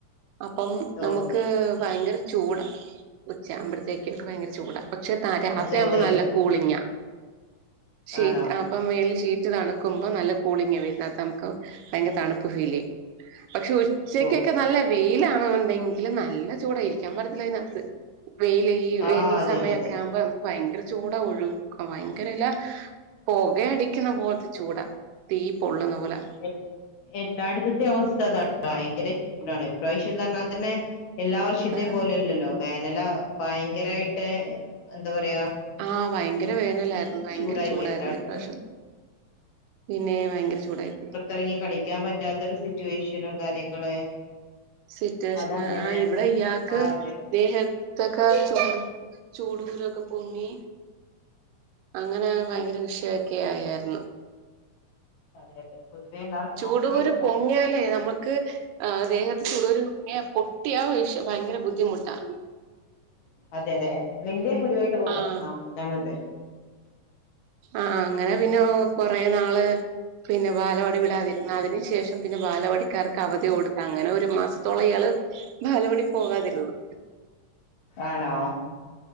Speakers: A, on the right; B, on the left.
A: അപ്പം നമുക്ക്
B: ഓ
A: ഭയങ്കര ചൂടാ. ഉച്ച ആകുമ്പഴത്തേക്ക് ഭയങ്കര ചൂടാ. പക്ഷെ തരാത്രിയാകുമ്പോ
B: അതെ അതെ
A: നല്ല കൂളിങാ. ഷീറ്റ്
B: ആണോ
A: അപ്പം മേൽ ഷീറ്റ് തണുക്കുമ്പം നല്ല കൂളിങാ വരുന്നത്. അതംക്ക് ഭയങ്കര തണുപ്പ. പ്പ് ഫീല്. പക്ഷെ ഉച്ചക്കൊക്കെ
B: ഓ
A: നല്ല വെയിലാണെന്നുണ്ടെങ്കി ഇല്ല നല്ല ചൂടാ. ഇരിക്കാൻ പറ്റത്തില്ല അതിനകത്ത്. വെയില. ഈ
B: ആ
A: വേനൽ
B: അതെ
A: സമയൊക്കെ
B: അതെ അതെ
A: ആവുമ്പം. ഭയങ്കര ചൂടാ ഒഴുക്ക് ഭയങ്കരല. പൊക അടിക്കുന്ന പോലത്തെ ചൂടാ തീ പൊള്ളുന്ന പോലെ.
B: എൽ എല്ലായിട്ത്തത്തെ അവസ്ഥ ഇതാണ് ഭയങ്കര ചൂടാണ്. ഇപ്രാവശ്യന്ന് പറ്ഞ്ഞാ പിന്നെ എല്ലാവർഷത്തെ
A: അതാ
B: പോലെ അല്ലല്ലോ. വേനല ഭയങ്കരായിട്ട് എന്താ പറയാ
A: ആഹ് ഭയങ്കര വേനല. ഭയങ്കര
B: ചൂടായി
A: ചൂടായിരുന്നു
B: പോയി എല്ലായിടത്തും
A: ഇപ്രവശ്യം, പിന്നെ ഭയങ്കര ചൂടായിപ്പോയി.
B: എറങ്ങി കളിക്കാൻ പറ്റാത്തൊരു സിറ്റുവേഷനും കാര്യങ്ങള്
A: സിറ്റുവേഷന്
B: അതങ്ങനെ
A: ആഹ് ഇവിടെ ഇയാക്ക്
B: ആ അതെ
A: ദേഹ ത്തൊക്കെ ചൂട് ചൂടുകുരൊക്കെ പൊങ്ങി. അങ്ങനെ ഭയങ്കര വിഷയൊക്കെ ആയായിര്ന്നു.
B: അതെ അതെ പൊതുവെ എല്ലാവർക്കും
A: ചൂടുകുരു
B: ഇപ്രാവശ്യം
A: പൊങ്ങ്യാലേ നമുക്ക് ദേഹ ചൂടുകുരു പൊങ്ങ്യ പൊട്ട്യ വിഷ ഭയങ്കര ബുദ്ധിമുട്ടാ.
B: അതെ അതെ വല്യ കുരുവായിട്ട് പോങ്ങുന്നുണ്ടാവും
A: ആഹ്
B: അതാണ് അത്.
A: ആഹ് അങ്ങനെ പിന്നെ കൊറെ നാള് പിന്നെ ബാലവാടി വിടാതിരുന്നാതിരി. അതിന് ശേഷം പിന്നെ ബാലവാടിക്കാർക്ക് അവധി കൊടുത്ത് അങ്ങനെ ഒരു മാസത്തോള ഇയാള് ബാലവാടി പോകാതിരുന്ന്.
B: ആണോ